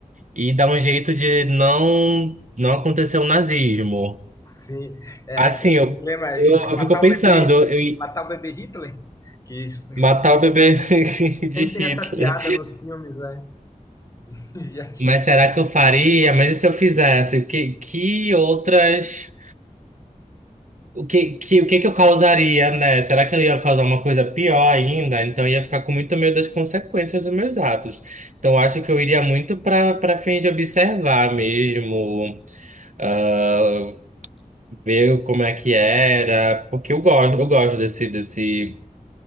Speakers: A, on the right (about 60°); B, on the left (about 25°).
A: e dar um jeito de não não acontecer o nazismo.
B: Sim, é
A: Assim,
B: aquele
A: eu,
B: dilema
A: eu,
B: de
A: eu
B: matar
A: fico pensando,
B: o bebê,
A: eu i-
B: matar o bebê Hitler, que isso-
A: matar o bebê <laughs> de
B: <laughs> sempre
A: Hitler.
B: tem essa piada nos filmes, né? <laughs> Viagem
A: Mas será que eu faria? Mas e se eu fizesse? Que, que outras. O que, que, o que que eu causaria, né? Será que eu ia causar uma coisa pior ainda? Então eu ia ficar com muito medo das consequências dos meus atos. Então eu acho que eu iria muito para para fim de observar mesmo, ah, ver como é que era, porque eu gosto, eu gosto desse, desse,